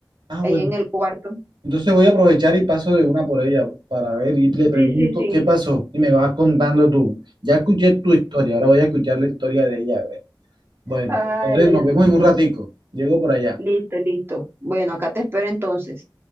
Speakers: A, on the right; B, on the right.
A: Ah,
B: ahí
A: bueno.
B: en el cuarto.
A: Entonces voy a aprovechar y paso de una por ella para ver y le pregunto
B: Sí, sí, sí.
A: qué pasó. Y me vas contando tú. Ya escuché tu historia. Ahora voy a escuchar la historia de ella. Bueno,
B: Ay,
A: pues entonces
B: Dios
A: nos vemos
B: mío.
A: en un ratico. Llego por allá.
B: Listo, listo. Bueno, acá te espero entonces.